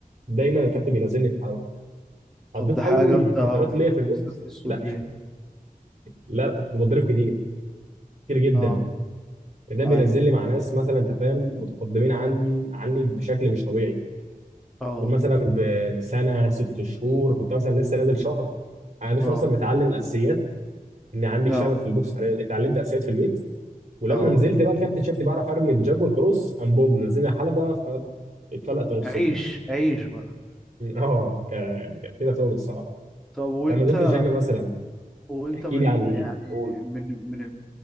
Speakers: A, on the right; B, in the centre.
A: دايما الكابتن بينزلني في الحلبه قضيت
B: طب ده
A: اول
B: حاجة جامدة
A: فترات
B: قوي
A: ليا في البوكس
B: ازدت اسود
A: لا
B: ليه
A: لا كنت بتضرب كتير كتير جدا
B: اه
A: كان ده بينزل
B: ايوه
A: لي مع ناس مثلا انت فاهم متقدمين عني عني بشكل مش طبيعي
B: اه
A: قول مثلا بسنه ست شهور كنت مثلا لسه نازل شهر انا مش
B: اه
A: اصلا متعلم الاساسيات ان عندي
B: اه
A: شغف للبوكس اتعل- اتعلمت اساسيات في البيت ولما
B: اه
A: نزلت بقى الكابتن شافني بعرف ارمي الجاب والكروس قام بوم نزلني على حلبه فاتفلقت نصين
B: عيش عيش بقى
A: <laughs> اه ك- كانت كده شغل الصراحه
B: طب وانت
A: انت لما نزلت الجيم مثلا
B: وانت
A: احكي
B: من
A: لي عن
B: يعني
A: قول
B: من من